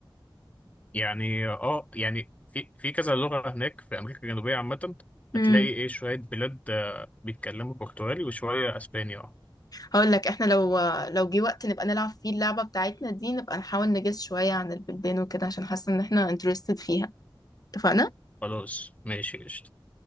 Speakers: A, on the left; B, on the left.
A: يعني اه يعني في في كذا لغه هناك في امريكا الجنوبيه عامه
B: امم
A: هتلاقي ايه شويه بلاد آه، بيتكلموا برتغالي وشويه اسباني اه
B: هقول لك احنا لو لو جه وقت نبقى نلعب فيه اللعبه بتاعتنا دي نبقى نحاول نجس شويه عن البلدان وكده عشان حاسه ان احنا انترستد فيها اتفقنا
A: خلاص ماشي قشطة